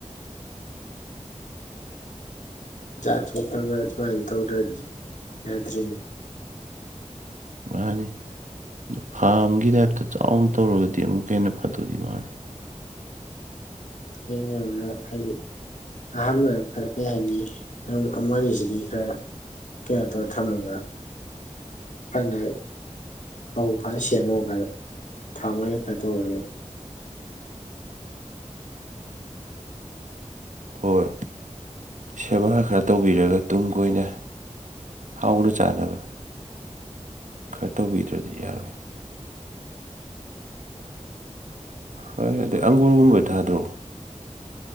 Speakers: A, on the left; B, on the right.
A: ꯖꯥꯠ ꯁꯣ ꯈ꯭ꯔ ꯒ꯭ꯔ ꯁꯨꯃꯥꯏ ꯇꯧꯗ꯭ꯔꯗꯤ ꯌꯥꯗ꯭ꯔꯤꯑꯦ
B: ꯃꯥꯅꯤ ꯐꯥꯝꯒꯤ ꯇꯥꯏꯞꯇ ꯆꯥꯎꯅ ꯇꯧꯔꯒꯗꯤ ꯑꯃꯨꯛꯀꯥ ꯍꯦꯟꯅ ꯐꯗꯣꯏꯗꯤ ꯃꯜꯂꯦ
A: ꯌꯦꯡꯉꯥꯔꯨꯔꯥ ꯍꯥꯏꯗꯤ ꯑꯍꯥꯟꯕꯗ ꯈꯔ ꯀꯩ ꯍꯥꯏꯅꯤ ꯑꯝ ꯑꯃꯅꯤ ꯁꯤꯗꯤ ꯈꯔ ꯀꯩꯅꯣ ꯇꯧꯋꯦ ꯊꯝꯃꯒꯥ <unintelligible> ꯃꯄꯨꯡ ꯐꯥꯅ ꯁꯦꯡꯉꯣ ꯀꯥꯏꯔꯞ ꯊꯥ ꯃꯥꯔꯤꯔꯛ ꯀꯥꯏ ꯇꯧꯔ ꯂꯣꯏꯔꯦ
B: ꯍꯣꯏ ꯁꯦꯕꯥ ꯈꯔ ꯇꯧꯕꯤꯔꯒ ꯇꯨꯡ ꯀꯣꯏꯅ ꯍꯥꯎꯅ ꯆꯥꯅꯕ ꯈꯔ ꯇꯧꯕꯤꯗ꯭ꯔꯗꯤ ꯌꯥꯔꯣꯏ ꯍꯣꯏ <unintelligible> ꯑꯪꯒꯨꯔ ꯒꯨꯝꯕ ꯊꯥꯗ꯭ꯔꯣ?